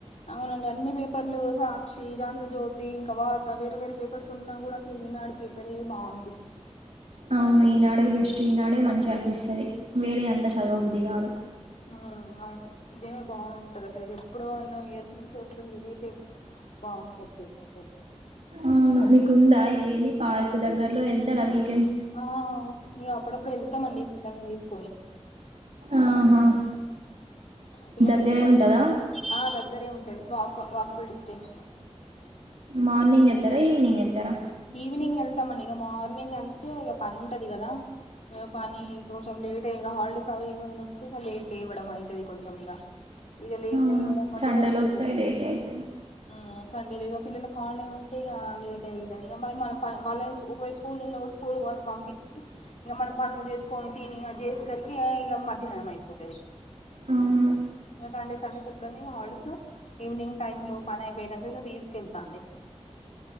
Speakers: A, on the left (about 80°); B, on the right (about 75°).
A: అవునండి అన్నీ పేపర్లూ సాక్షీ, ఆంద్రజ్యోతీ ఇంకా వార్తా వేరే వేరే పేపర్సున్నా కూడా అసల్ ఈనాడు. పేపరే బాగుం
B: అవును ఈనాడే బెస్ట్. ఈనాడే మంచిగనిపిస్తది. వేరే అంత చదువబుద్ధి గాదు.
A: ఆ అవును ఇదే బాగుంటది అసలు ఇది ఎప్పుడో ఎన్నో ఇయర్స్ నుంచి వస్తుంది ఇదే పేపర్. బాగుంటది పేపర్ ఇదే.
B: అవును. మీకుందా ఇదేంది పార్క్ దగ్గర్ లో ఎల్తరా వీక్
A: ఆ ఇగా అప్పుడప్పుడు ఎళ్తమండి పిల్లల్ని తీసుకొని.
B: ఆహా
A: పిల్లల్నీ
B: దగ్గరే
A: తీసు
B: ఉంటదా
A: <inaudible> ఆ దగ్గరే ఉంటది వాక వాకబుల్ డిస్ టెన్స్
B: మార్నింగ్ ఎళ్తరా ఈవినింగ్ ఎళ్తరా.
A: ఈవినింగ్ ఎళ్తాంమండి ఇగ మార్నింగ్ అంటే ఇగ పని ఉంటది గదా. ఇగ పనీ ఇగ కొంచెం లేటే ఇగ హాలిడేస్ అవి ఇవి ఏమన్న ఉంటే ఇగ లేట్ లేవడం అయితది కొంచెం ఇగా. ఇగ లేేట్
B: అవును
A: లేయ్యడం బట్టిగా
B: సండేలో
A: ఇయ్యలేం.
B: వస్తాయి లేటే అయితది
A: ఆ సండే లిగా ఫిల్లలకు హాలిడే ఉంటే ఇగా లేట్ అయి స్తది. ఇగ మరి మనం పన్ వాళ్ళని ఒకవేళ స్కూల్ ఉన్నా కూడ, స్కూల్ వాళ్ళని పంపిచ్చి, ఇగ మనం పనులు చేసుకోని తినీ అది చేసేసరికి ఏ ఇగ మధ్యాహ్నం అయిపోతది.
B: అవును
A: ఇగ సండే సండేస్ ఎప్పుడన్న ఇగ హాల్స్డేలో ఈవినింగ్ టైమ్ లో పనైపోయినంక ఇగ తీసుకెళ్తాండి.